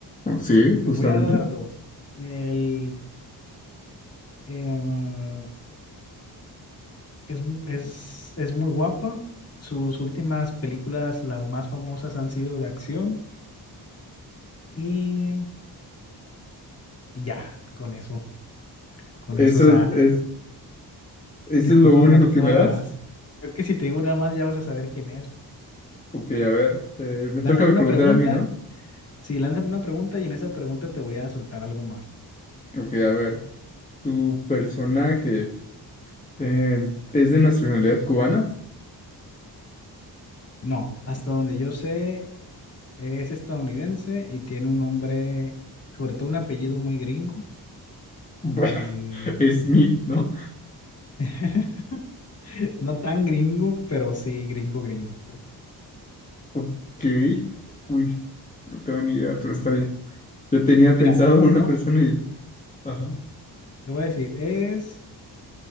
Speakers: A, on the left (about 20°); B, on the left (about 35°).
A: Sí,
B: Te
A: justamente.
B: voy a dar dos. El, em, es, es, es muy guapa. Sus últimas películas, las más famosas, han sido de acción. Y, y ya, con eso, con
A: Eso
B: eso. O sea,
A: es, es, eso
B: discúlpame,
A: es lo único
B: no te puedo
A: que me
B: dar
A: das.
B: más. Es que si te digo nada más, ya vas a saber quién es.
A: Ok, a ver, eh, me
B: Lánzame
A: toca
B: una
A: preguntar
B: pregunta.
A: a mí, ¿no?
B: Sí, lánzame una pregunta y en esa pregunta te voy a soltar algo más.
A: Ok, a ver, ¿tu personaje eh, es de nacionalidad cubana? <laughs>
B: No, hasta donde yo sé, Es estadounidense y tiene un nombre, sobre todo un apellido muy gringo
A: Bueno,
B: y
A: es
B: no,
A: Smith, ¿no?
B: <laughs> no tan gringo, pero sí gringo, gringo, pues.
A: Ok, uy, no tengo ni idea, pero
B: Ujú.
A: está bien. Yo tenía
B: Mira,
A: pensado una
B: no,
A: persona y... Ajá.
B: te voy a decir, es,